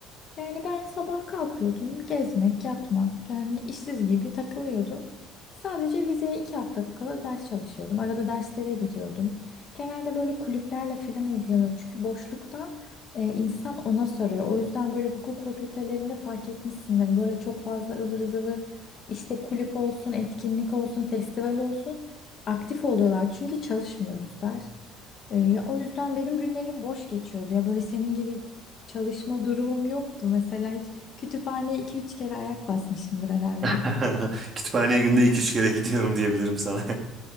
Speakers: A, on the left; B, on the right.
A: Yani ben sabah kalkıyordum, gezmek, yatmak, yani işsiz gibi takılıyordum. Sadece vizeye iki hafta kala ders çalışıyordum. Arada derslere gidiyordum. Genelde böyle kulüplerle falan ilgileniyordum. Çünkü boşluktan e, insan ona soruyor. O yüzden böyle hukuk fakültelerinde fark etmişsindir. Böyle çok fazla ıvır zıvır işte kulüp olsun, etkinlik olsun, festival olsun aktif oluyorlar. Çünkü çalışmıyoruz ders. E, ya o yüzden benim günlerim boş geçiyordu. Ya böyle senin gibi Çalışma durumum yoktu mesela hiç kütüphaneye iki üç kere ayak basmışımdır herhalde.
B: <laughs> Kütüphaneye günde iki üç kere gidiyorum diyebilirim sana.